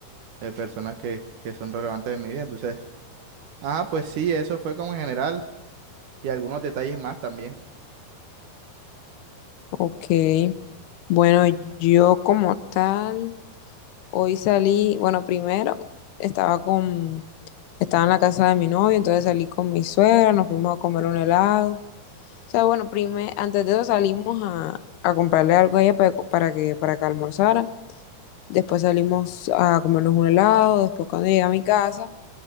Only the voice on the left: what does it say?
Ok, bueno, yo como tal, hoy salí, bueno, primero estaba con, estaba en la casa de mi novio, entonces salí con mi suegra, nos fuimos a comer un helado. O sea, bueno, primero, antes de eso salimos a, a comprarle algo a ella para, para que, para que almorzara. Después salimos a comernos un helado, después cuando llegué a mi casa,